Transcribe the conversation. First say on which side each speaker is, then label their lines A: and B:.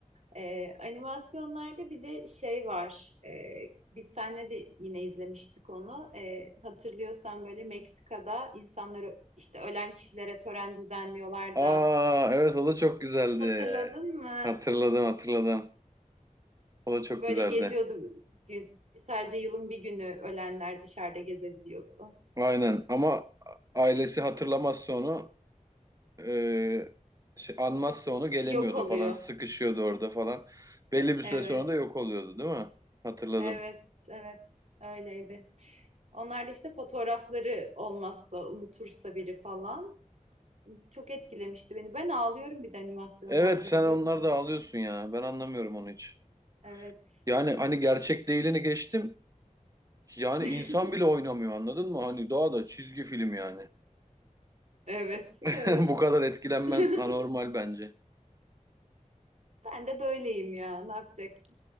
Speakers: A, on the right; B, on the right.
A: Ee, animasyonlarda bir de şey var. Ee, biz seninle de yine izlemiştik onu. Ee, hatırlıyorsan böyle Meksika'da insanları işte ölen kişilere tören düzenliyorlar
B: Aa,
A: da
B: evet o da çok güzeldi.
A: hatırladın mı?
B: Hatırladım, hatırladım. O da çok
A: Böyle
B: güzeldi.
A: geziyordu gün. Sadece yılın bir günü ölenler dışarıda gezebiliyordu.
B: Aynen ama ailesi hatırlamazsa onu e, şey, anmazsa onu gelemiyordu
A: Yok oluyor.
B: falan sıkışıyordu orada falan. Belli bir süre
A: Evet.
B: sonra da yok oluyordu değil mi? Hatırladım.
A: Evet. Evet. Öyleydi. Onlar da işte fotoğrafları olmazsa, unutursa biri falan. Çok etkilemişti beni. Ben ağlıyorum bir de animasyonlarda
B: Evet sen
A: biliyorsun
B: onları da
A: değil
B: alıyorsun
A: mi?
B: ya ben anlamıyorum onu hiç.
A: Evet.
B: Yani hani gerçek değilini geçtim yani
A: <laughs>
B: insan bile oynamıyor anladın mı? Hani daha da çizgi film yani.
A: Evet,
B: <laughs>
A: evet.
B: Bu kadar etkilenmen
A: <laughs>
B: anormal bence.
A: Ben de böyleyim ya. Ne yapacaksın?